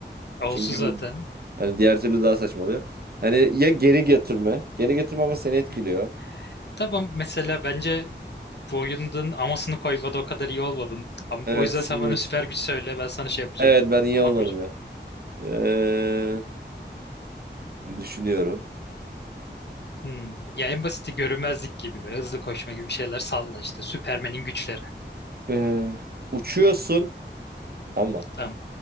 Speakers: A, on the left (about 65°); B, on the right (about 55°).
A: olsun
B: Çünkü
A: zaten.
B: bu hani diğer türlü daha saçma oluyor. Hani ya geri götürme. Geri götürme ama seni
A: Hı
B: etkiliyor.
A: hı. Tamam mesela bence bu oyunun amasını koymada o kadar iyi olmadın. Ama,
B: Evet,
A: o yüzden sen
B: evet.
A: bana süper güç söyle ben sana şey yapacağım.
B: Evet ben iyi
A: Ama
B: olmadım
A: koyacağım.
B: ya. Ee, düşünüyorum.
A: Hmm. Ya en basiti görünmezlik gibi böyle hızlı koşma gibi bir şeyler salla işte. Süpermen'in güçleri.
B: Ee, uçuyorsun ama
A: Tamam.